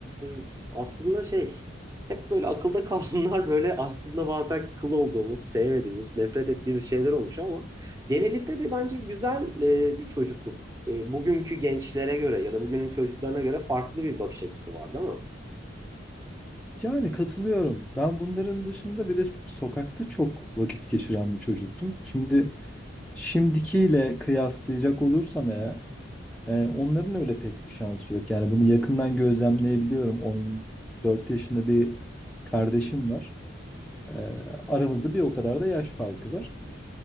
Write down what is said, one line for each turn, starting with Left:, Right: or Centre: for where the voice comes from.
Right: e, aslında şey hep böyle akılda <laughs> kalanlar böyle aslında bazen kıl olduğumuz, sevmediğimiz, nefret ettiğimiz şeyler olmuş ama genelinde de bence güzel e, bir çocukluk. E, bugünkü gençlere göre ya da bugünün çocuklarına göre farklı bir bakış açısı var değil mi?
Centre: Yani katılıyorum. Ben bunların dışında bir de sokakta çok vakit geçiren bir çocuktum. Şimdi şimdikiyle kıyaslayacak olursam eğer e, onların öyle pek bir şansı yok. Yani bunu yakından gözlemleyebiliyorum. on dört yaşında bir kardeşim var. E, aramızda bir o kadar da yaş farkı var.